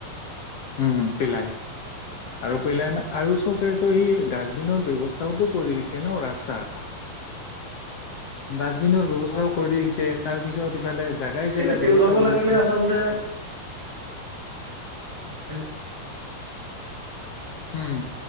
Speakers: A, on the left (about 65°); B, in the centre.
A: উম, পেলায়। আৰু পেলাই আৰু চৰকাৰেতো এই ডাষ্টবিনৰ ব্যৱস্থাওটো কৰি দিছে ন ৰাস্তাত। ডাষ্টবিনৰ ব্যৱস্থাও কৰি দিছে, তাৰ পিছত ইফালে জাগাই
B: আছিলে,
A: জেগাই
B: তেওঁ
A: ব্যৱস্থা
B: ল'ব
A: কৰিছে।
B: লাগিলে, আচলতে হ <unintelligible>
A: উম,